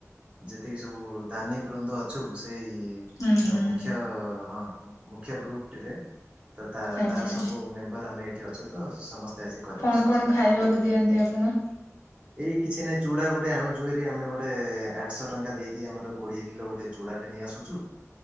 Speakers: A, on the right; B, on the left.
A: ଯେତିକି ସବୁ ଦାନି ବୃନ୍ଦ ଅଛୁ ସେଇ
B: ହୁଁ ହୁଁ
A: ମୁଖ୍ୟ ହଁ ମୁଖ୍ୟ ଗ୍ରୁପ ଟିରେ ତ
B: ଆଚ୍ଛା
A: ତାର ସବୁ ମେମ୍ବର ଆମେ ଏଇଠି ଅଛୁ ତ ସମସ୍ତେ ଆଜି କରିବୁ
B: କଣ
A: ସେଇ
B: କଣ
A: ସବୁ।
B: ଖାଇବାକୁ ଦିଅନ୍ତି ଆପଣ।
A: ଏଇ କିଛି ନାଇଁ ଚୁଡା ଗୋଟେ ଆଣୁଚୁ ଭାରି ଆମେ ଗୋଟେ ଆଠଶହ ଟଙ୍କା ଦେଇକି ଆମର କୋଡିଏ କିଲୋ ଗୋଟେ ଚୂଡ଼ାଟେ ନେଇ ଆସୁଛୁ।